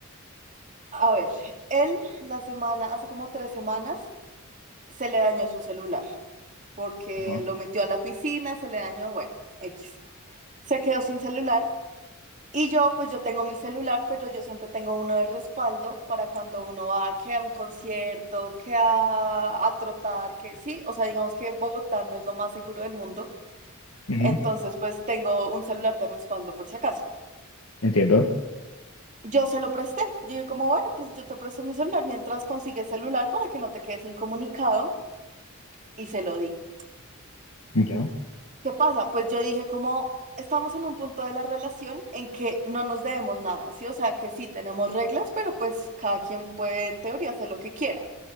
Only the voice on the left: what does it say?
Ajá.
Ujú,
Entiendo.
Ya.